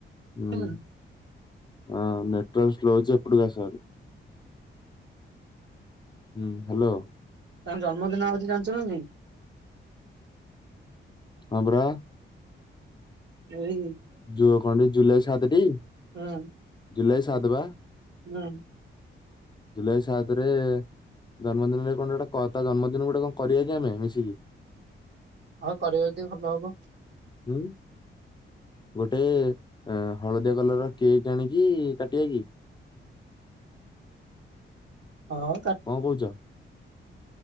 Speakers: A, on the left; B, on the right.
A: ହୁଁ
B: ନାଇଁ।
A: ହ ନେଟୱର୍ ସ୍ଲୋ ଲଛି ଏପଡକା ସାର। ହୁଁ ହ୍ୟାଲୋ।
B: ତାଙ୍କ ଜନ୍ମଦିନ ଆ ହଉଛି ଜାଣିଚୁ ନା ନାଇଁ।
A: ହଁବରା।
B: ବହି
A: ଯୁ କଣ ଜୁଲାଇ ସାତଟି
B: ହୁଁ
A: ଜୁଲାଇ ସାତ ବା।
B: ହୁଁ।
A: ଜୁଲାଇ ସାତରେ ଜନ୍ମଦିନରେ କଣଟେ କ ତା ଜନ୍ମଦିନ ଗୋଟେ କଣ କରିବା କି ଆମେ ମିଶିକି।
B: ହଉ କରିବ ଯଦି ଭଲ ହବ।
A: ହୁଁ। ଗୋଟେ ହଳଦିଆ କଲର ର କେକ୍ ଆଣିକି କାଟିବା କି?
B: ଆଉ
A: କଣ କହୁଛ?